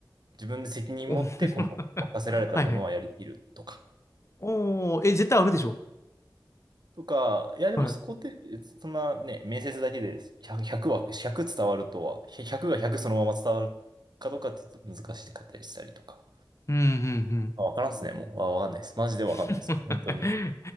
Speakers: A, on the right; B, on the left.
A: 自分で責任持ってこの任せられたものはやりきるとか。
B: お <laughs> はいはい。おお、え、絶対あるでしょ。
A: とか、いやでもそこって、
B: はい。うん
A: そんなね、面接だけで100、ひゃくは、1伝わるとは、100が100そのまま伝わるかどうかってちょっと難しかったりしたりとか。
B: うんうん。
A: まあわからんっすね、もう。わわかんないです。マジでわかんないです。
B: <laughs> い
A: もう本当に。